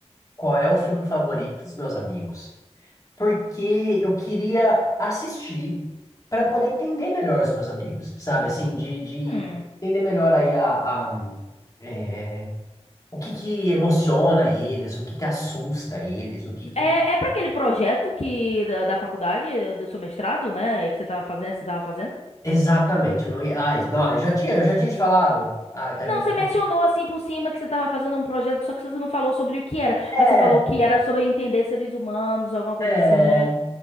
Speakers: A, on the left; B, on the left.
A: qual é o filme favorito dos meus amigos. Porque eu queria assistir para poder entender melhor os meus amigos, sabe? Assim, de, de
B: Hum.
A: entender melhor aí a, a, é, o que que emociona eles, o que que assusta eles, o que que
B: É, é para aquele projeto que da, da faculdade, do seu mestrado, né? Que você tava fazendo, você tava fazendo?
A: Exatamente, eu não ia. Ai, não, eu já tinha, eu já tinha te falado. Ai, caramba.
B: Não, você mencionou assim por cima que você tava fazendo um projeto, só que você não falou sobre o que era,
A: É,
B: mas você falou que era sobre entender seres humanos, alguma coisa
A: é,
B: assim.